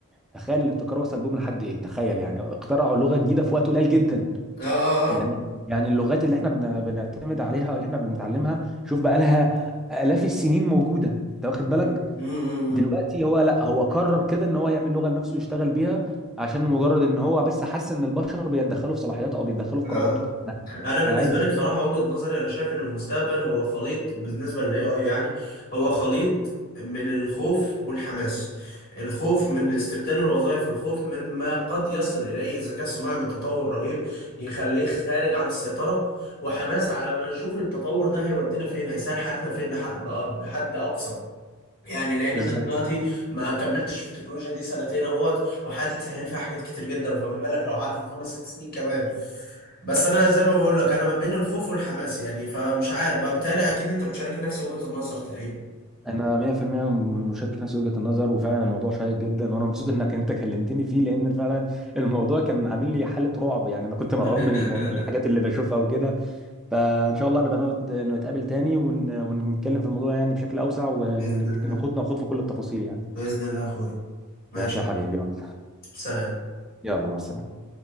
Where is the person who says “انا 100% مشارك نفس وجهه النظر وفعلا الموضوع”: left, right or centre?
Centre